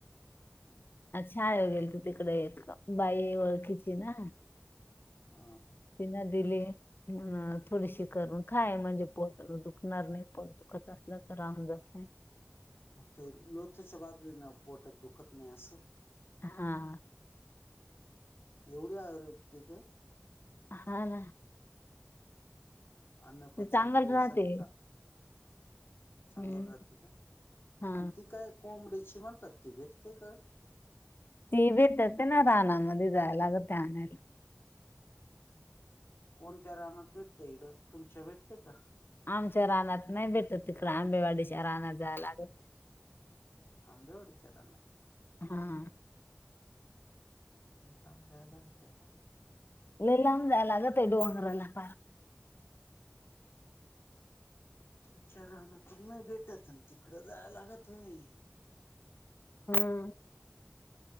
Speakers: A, on the left (about 75°); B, on the left (about 60°).
A: हम्म,
B: छाळे गेलत. तिकडे एक बाई ओळखीची ना.
A: हां.
B: तिन दिली, अ थोडीशी करून खाय म्हणजे पोटात दुखणार नाही पोट. दत असला तर राण जाते.
A: ते लोथच्या भाजी ना पोटत दुखत नाही असं.
B: हा.
A: एवढी आयुर्वेदिक
B: हा ना.
A: अन्न पचन
B: ते चांगल
A: क्रियेसाठी
B: राहते
A: चां
B: हम्म
A: चांगल राहते का,
B: हा
A: आणि ती काय कोंबडी्याची म्हणतात ती भेटते का.
B: ते भेटत पण नय रानामध्ये जायला लागत ते आणायला.
A: कोणत्या रानात भेटते? तुमच्या भेटते का?
B: आमच्या रानात नाही भेटत तिकड आंबेवाडीच्या रानात जायला लागत.
A: आंबेवाडी च्या रानात.
B: हा.
A: ते काम जाय लागते का.
B: लय लाम जायाय लागत डोंगरला प <unintelligible>
A: तुमच्या रानातून नाही भेटत तिकडं जायाय लागतय.
B: हम्म.